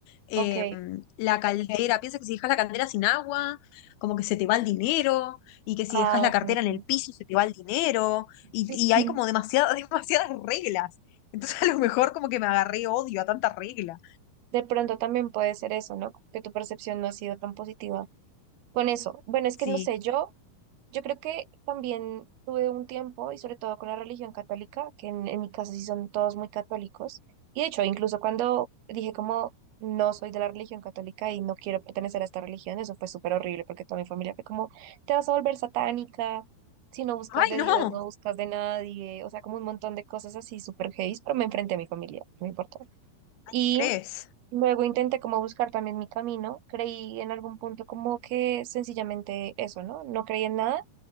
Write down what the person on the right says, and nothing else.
Ok,
ah,
ok,
ok.
<clears throat>
De pronto también puede ser eso, ¿no? Como Que tu percepción no ha sido tan positiva con eso. Bueno, es
que no sé, yo Yo creo que también tuve un tiempo, y sobre todo con la religión católica, que en, en mi casa sí son todos muy católicos. Y de hecho, incluso cuando dije como no soy de la religión católica y no quiero pertenecer a esta religión, eso fue súper horrible porque toda mi familia fue como, te vas a volver satánica, si no buscas
de
Dios, no buscas de nadie, o sea, como un montón de cosas así súper heavy, pero me enfrenté a mi familia, no importó. Y
luego intenté como buscar también mi camino, creí en algún punto como que sencillamente eso, ¿no? No creí en nada